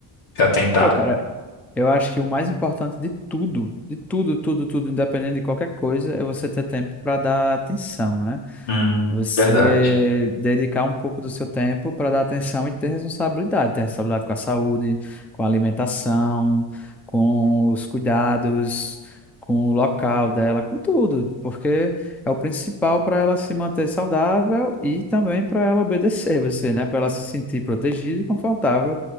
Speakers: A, on the left; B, in the centre.
A: se atentar?
B: Pô, cara, eu acho que o mais importante de tudo, de tudo, tudo, tudo, independente de qualquer coisa, é você ter tempo para dar atenção, né?
A: Hum,
B: Você
A: verdade.
B: dedicar um pouco do seu tempo para dar atenção e ter responsabilidade, ter responsabilidade com a saúde, com a alimentação, com os cuidados, com o local dela, com tudo, porque é o principal para ela se manter saudável e também para ela obedecer você, né? Para ela se sentir protegida e confortável